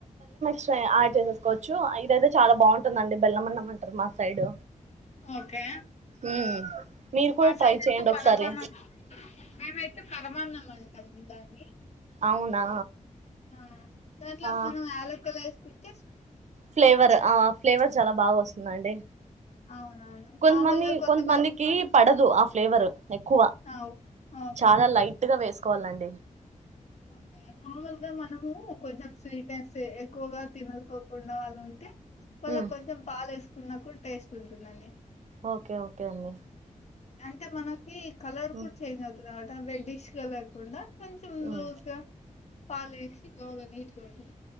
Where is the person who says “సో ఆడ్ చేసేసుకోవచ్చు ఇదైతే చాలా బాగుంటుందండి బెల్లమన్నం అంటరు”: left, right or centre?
Right